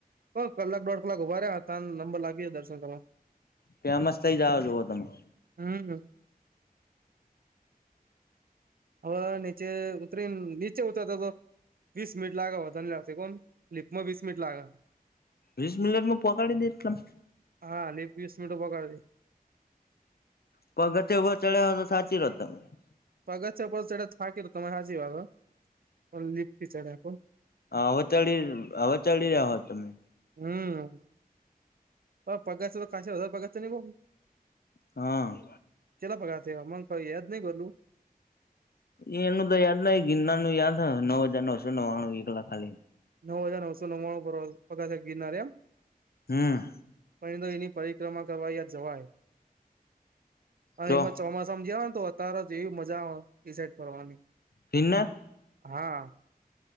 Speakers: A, on the right; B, on the left.
A: હ કલાક દોઢ કલાક ઉભા હતા, નંબર લાગી ગયો દર્શન કરવા.
B: ફેમસ થઈ જાઓ, જુઓ તમે
A: હમ્મ. હવે નીચે ઉતરીને, નીચે ઉતરતા તો વીસ મીનિટ લાગે વધારે ની પણ લિફ્ટમાં વીસ મનિટ લાગે.
B: વીસ મિનિટમાં પહોંચાડી દેય એમ.
A: હા, ખાલી વિશ મિનિટમાં પોહચાડી
B: પગથિયાં વ ચડ્યા હો તો સાચવતા <unintelligible>
A: પગત્યા પલ ચઢે થાકી ર તમારી હાચી વાત હ પણ લિપી ચડે હ.
B: હવ ચડી હવે ચડી હો તમે
A: હમ્મ. પગથિયાં તો. <unintelligible>
B: હા.
A: કેટલા પગથિયાં થિયા, મને ત યાદ નહી બદુ
B: એ એનું તો યાદ નહી, ગિરનારનું યાદ નવ હજાર નવસો નવાણું, એક લાખ ખાલી
A: નવ હજાર નવસો નવાણું પગથિયાં ગિરનાર, એમ?
B: હમ્મ.
A: પછી તો એની પરિક્રમા કરવા જવાય.
B: તો
A: એમાં ચોમાસામાં જવા ને તો અત્યારે જ એવી મજા એ આવે એ સાઈડ ફરવાની.
B: ગિરનાર
A: હા